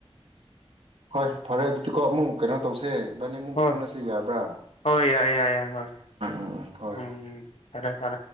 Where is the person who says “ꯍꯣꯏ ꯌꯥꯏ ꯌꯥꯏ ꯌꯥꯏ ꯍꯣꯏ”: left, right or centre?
Left